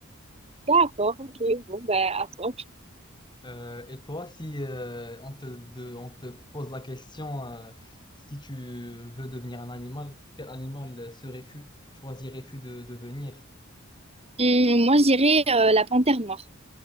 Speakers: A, on the right; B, on the left.
A: D'accord, ok, bon, ben, à toi.
B: Euh, et toi, si euh, on te, de- on te pose la question, euh, si tu veux devenir un animal, quel animal serais-tu? Choisirais-tu de devenir?
A: Hum, moi, je dirais euh, la panthère noire.